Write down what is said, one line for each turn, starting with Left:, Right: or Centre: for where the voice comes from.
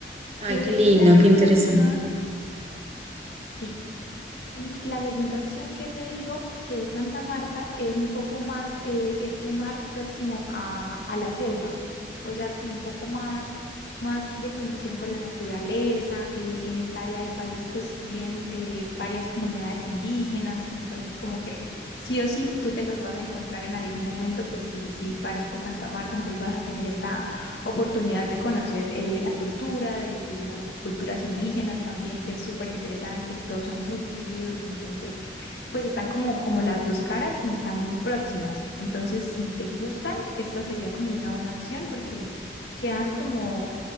Right: Ay,
Left: Eh,
Right: qué lindo,
Left: y la segunda
Right: qué interesante.
Left: opción, sí, y la segunda opción que te digo, que es Santa Marta, es un poco más eh, este mar próximo a, a la selva, o sea, como un poco más, más de conexión con la naturaleza. eh, en esta área del país, pues viven eh, varias comunidades indígenas, entonces como que sí o sí, tú te las vas a encontrar en algún momento, pues sí, si paras por Santa Marta, entonces vas a tener esta oportunidad de conocer eh, la cultura de, de las culturas indígenas también, que es súper interesante y todos son muy queridos, entonces pues están como, como las dos caras y están muy próximas. Entonces, si te gustan, esta sería como una buena opción porque quedan como,